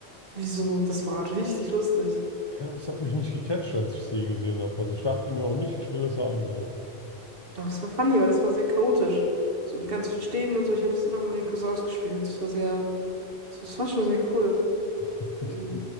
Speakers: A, on the right; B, on the left.
A: Wieso? Das war richtig lustig.
B: Ja, es hat mich nicht gecatcht, als ich sie gesehen habe. Also ich dachte mir auch nicht, ich will es haben. So.
A: Doch, es war funny, weil es war sehr chaotisch. So mit ganz vielen Stäben und so. Ich habe es immer mit meinen Cousins gespielt. Das war sehr, das war schon sehr cool.
B: <laughs> Okay.
A: Mhm.